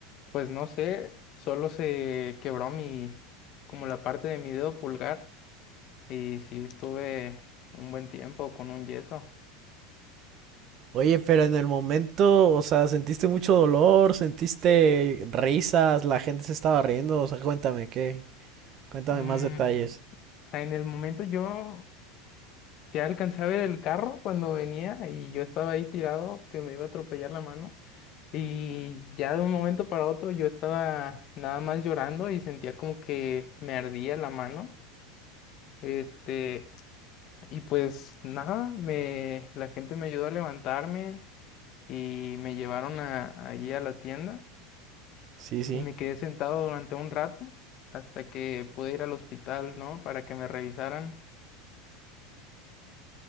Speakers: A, on the left; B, on the right.
A: Pues no sé, solo se quebró mi, como la parte de mi dedo pulgar y sí estuve un buen tiempo con un yeso.
B: Oye, pero en el momento, o sea, ¿sentiste mucho dolor? ¿Sentiste risas? ¿La gente se estaba riendo? O sea, cuéntame, ¿qué? Cuéntame
A: Mm,
B: más detalles.
A: o sea, en el momento yo ya alcancé a ver el carro cuando venía y yo estaba ahí tirado que me iba a atropellar la mano y ya de un momento para otro yo estaba nada más llorando y sentía como que me ardía la mano. Este, y pues nada, me, la gente me ayudó a levantarme. y me llevaron a, allí a la tienda
B: Sí, sí.
A: y me quedé sentado durante un rato hasta que pude ir al hospital, ¿no? Para que me revisaran